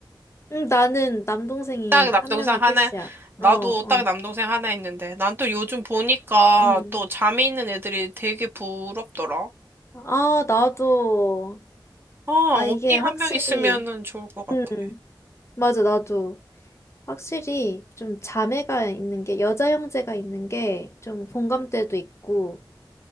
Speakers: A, on the left; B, on the right.
A: 응, 나는 남동생이
B: 딱 남동생
A: 한 명이
B: 하나,
A: 끝이야.
B: 나도
A: 어, 어,
B: 딱 남동생 하나 있는데, 난 또 요즘 보니까
A: 응.
B: 또 잠이 있는 애들이 되게 부럽더라.
A: 아, 나도.
B: 아,
A: 아,
B: 언니
A: 이게 확실히.
B: 한 명 있으면은 좋을 것 같아.
A: 응, 맞아, 나도. 확실히 좀 자매가 있는 게, 여자 형제가 있는 게 좀 공감대도 있고,